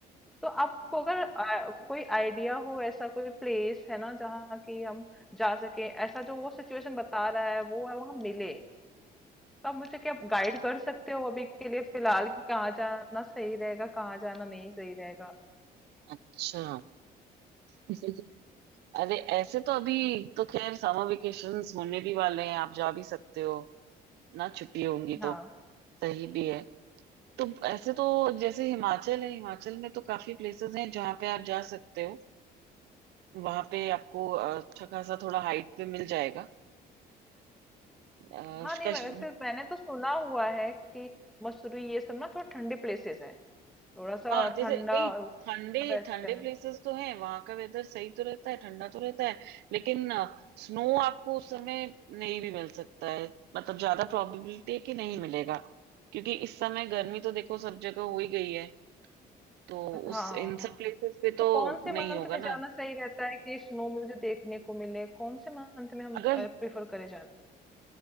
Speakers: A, in the centre; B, on the right (about 80°).
A: तो आपको अगर आ, कोई आइडिया हो ऐसा कोई प्लेस है ना जहाँ की हम जा सके ऐसा जो वो सिचुएशन बता रहा है वो है वहां मिले तो आप मुझे क्या गाइड कर सकते हो अभी के लिए फिलहाल कि कहाँ जाना सही रहेगा कहाँ जाना नहीं सही रहेगा
B: अच्छा <laughs> अरे ऐसे तो अभी तो खैर समर वेकेशंस होने भी वाले हैं आप जा भी सकते हो ना छुट्टी होंगी
A: हाँ
B: तो सही भी है तो ऐसे तो जैसे हिमाचल है हिमाचल में तो काफी प्लेसेस हैं जहाँ पे आप जा सकते हो वहां पे आपको अ, अच्छा खासा थोड़ा हाइट पे मिल जाएगा अ,
A: हाँ नहीं
B: कश्मीर
A: मैं वैसे मैंने तो सुना हुआ है कि मसूरी ये सब ना थोड़ा ठंडे प्लेसेस हैं थोड़ा सा
B: हाँ जैसे
A: ठंडा
B: नहीं ठंडे
A: रहता
B: ठंडे
A: है
B: प्लेसेस तो हैं वहां का वेदर सही तो रहता है ठंडा तो रहता है लेकिन स्नो आपको उस समय नहीं भी मिल सकता है मतलब ज्यादा प्रोबेबिलिटी है कि नहीं मिलेगा क्योंकि इस समय गर्मी तो देखो सब जगह हो ही गई है तो
A: हाँ
B: उस इन
A: हाँ
B: सब प्लेसेस पे
A: तो
B: तो
A: कौन से
B: नहीं
A: मंथ
B: होगा
A: में
B: ना
A: जाना सही रहता है कि स्नो मुझे देखने को मिले कौन से मंथ में हम
B: अगर
A: प्रेफर करें जाना